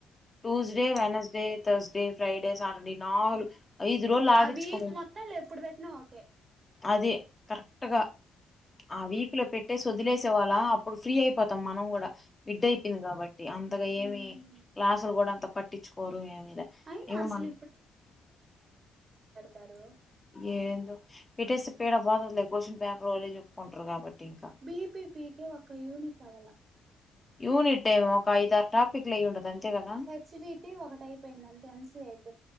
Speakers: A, on the left; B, on the right.
A: Tuesday Wednesday Thursday Friday Saturday నాలుగు ఐదు రోజులు ఆడించుకో
B: ఆ వీక్ మొత్తంలో ఎప్పుడు పెట్టినా ఓకే
A: ఆది కరెక్ట్ గా ఆ వీక్ లో పెట్టేసి వదిలేసే వాళ్ళ అప్పుడు ఫ్రీ అయిపోతాం మనం కూడా మిడ్ అయిపోయింది కాబట్టి అంతగా
B: అవును
A: ఏమి క్లాసులు కూడా అంత పట్టించుకోరు ఏమిద
B: అయినా
A: ఇ
B: అసలు
A: మ
B: తారు
A: ఏందొ పెట్టేస్తే పీడ పోతదిలే క్వశ్చన్ పేపర్ వాళ్లే చెప్పుకుంటారు కాబట్టి ఇంకా
B: బీపీపీకే ఒక యూనిట్ అవ్వాల
A: యూనిట్ టైం ఒక ఐదారు టాపిక్ లయి ఉండదు అంతే కదా
B: హెచ్ డిటి ఒకటి అయిపోయిందంతే ఎంస అయిపోంది